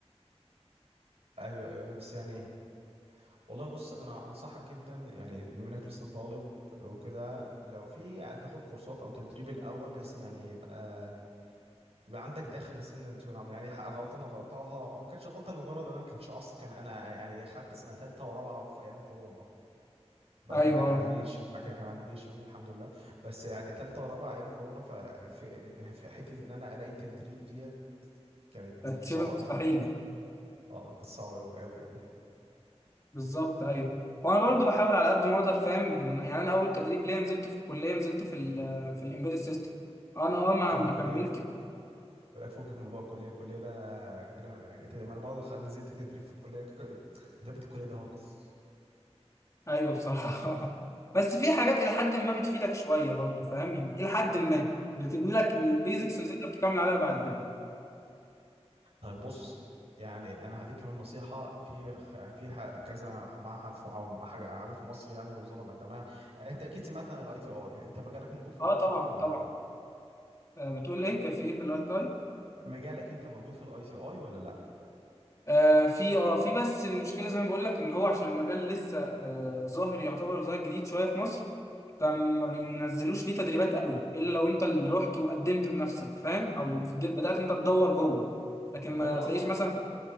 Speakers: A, on the right (about 65°); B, on the left (about 30°).
A: ايوه ايوه بس يعني والله بص انا انصحك جدا يعني بما انك لسه طالب وكده لو في هتاخد كورسات او تدريب الاول بحيث ان يعني يبقى يبقى عندك دخله سنه لسوق العمل يعني حق- غلطه انا غلطاها او ما كانتش غلطه لمجرد ان انا ما كانش اصلا كان انا يعني اخدت سنه ثالثه ورابعه في ايام كورونا بعد
B: ايوه
A: كده كان عندي
B: اه
A: جيش وبعد كده كان عندي جيش يعني الحمد لله بس يعني ثالثه ورابعه ايام كورونا ف- في في حته ان انا الاقي تدريب ديت كانت
B: كانت شبه
A: صعبه قوي
B: مستحيله
A: <laughs> اه كانت صعبه قوي قوي يعني
B: بالظبط ايوه وانا برضو بحاول على قد ما اقدر فاهم إن- يعني انا اول تدريب ليا نزلته في الكليه نزلت في ال في الامبيدد سيستم انا اه ما
A: فكك من
B: ما
A: الكليه
B: كملتش
A: ولا فكك من موضوع الكليه الكليه ده كلام ما انا برضه خ- نزلت تدريب في الكليه ك- تدريب الكليه ده هاجس
B: ايوه بصراحه <laughs> بس في حاجات الى حد ما بتفيدك شويه برضه فاهم يعني الى حد ما بتبني لك البيزكس اللي تقدر تكمل عليها بعد كده
A: طيب بص يعني انا هديك كمان نصيحه في في ح- كذا معهد في او حاجه حاجه في مصر يعني الوزاره مقدمها انت اكيد سمعت عن الاي تي اي يعني انت مجالك موجود في الاي
B: اه
A: تي
B: طبعا
A: اي ولا لا
B: طبعا آه بتقول ايه كان في ايه في الاي تاي
A: مجالك انت موجود في الاي تي اي ولا لا
B: آه في اه في بس المشكله زي ما بقول لك ان هو عشان المجال لسه آه ظاهر يعتبر ظاهر جديد شويه في مصر فما بينزلوش ليه تدريبات قوي الا لو انت اللي رحت وقدمت بنفسك فاهم او بدات انت تدور جوه لكن
A: لا
B: ما
A: ما انا
B: تلاقيش
A: قصدي
B: مثلا
A: انا